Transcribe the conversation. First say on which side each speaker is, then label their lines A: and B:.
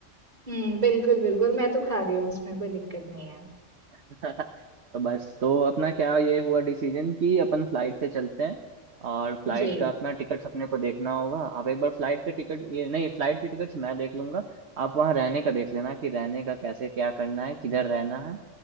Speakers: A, on the right (about 30°); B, on the right (about 60°).
A: हम्म बिल्कुल बिल्कुल मैं तो खा रही हूँ उसमें कोई दिक्कत नहीं है
B: <laughs> तो बस तो अपना क्या ये हुआ डिसीजन कि अपन फ्लाइट से चलते हैं और फ्लाइट
A: जी
B: का अपना टिकट्स अपने को देखना होगा आप एक बार फ्लाइट के टिकट ये नहीं फ्लाइट के टिकट्स मैं देख लूंगा आप वहाँ रहने का देख लेना कि रहने का कैसे क्या करना है किधर रहना है